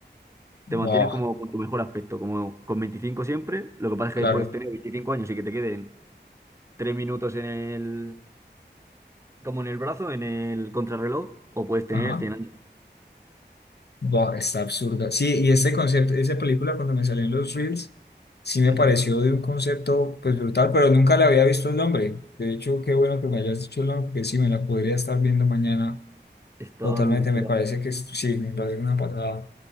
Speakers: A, on the right (about 15°); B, on the left (about 65°).
A: Te mantienes
B: Buah,
A: como con tu mejor aspecto, como con 25 siempre. Lo que pasa es
B: claro.
A: que puedes tener 25 años y que te queden 3 minutos en el, como en el brazo, en el contrarreloj, o puedes tener
B: Ajá.
A: 100 años.
B: Buah, está absurda. Sí, y este concepto, esa película cuando me salió en los Reels, sí me
A: Ujú.
B: pareció de un concepto pues brutal, pero nunca le había visto el nombre. De hecho, qué bueno que me hayas dicho el nombre, que sí, me la podría estar viendo mañana
A: Está
B: totalmente.
A: muy muy chula.
B: Me parece que es- sí, me parece una patada.